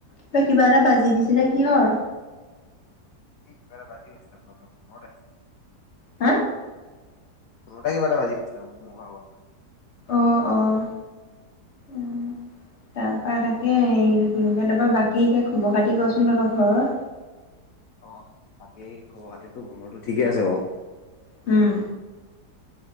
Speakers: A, on the left; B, on the left.
A: তই কিবা এটা বাজি দিছিলে, কিহৰ?
B: এই কিবা এটা বাজি গৈছিলে, ফতকে ফোনতে।
A: হা?
B: ফোনতে কিবা এটা বাজি গৈছিলে, মোৰ ভাগৰ।
A: অ' অ', উম। তাৰ পৰা তাকে, হেৰি এইটো কি বুলি কয়, তাৰপৰা বাকী এতিয়া খবৰ খাতি কচোন তহঁতৰ ঘৰৰ।
B: অ', বাকী খবৰ খাতিতো ঘৰৰটো ঠিকেই আছে বাৰু।
A: উম।